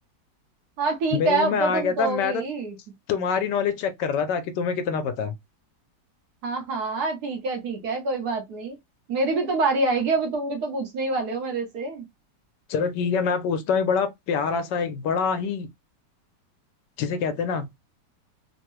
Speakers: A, on the right; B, on the left.
A: हाँ ठीक
B: मेरे
A: है
B: मुंह
A: अब
B: में आ
A: तो तुम
B: गया
A: कहोगे
B: था मैं तो
A: ही
B: तुम्हारी नॉलेज चेक कर रहा था कि तुम्हें कितना पता है
A: हाँ हाँ ठीक है ठीक है कोई बात नहीं मेरी भी तो बारी आएगी अभी तुम भी तो पूछने ही वाले हो मेरे से
B: चलो ठीक है मैं पूछता हूँ एक बड़ा प्यारा सा एक बड़ा ही जिसे कहते हैं ना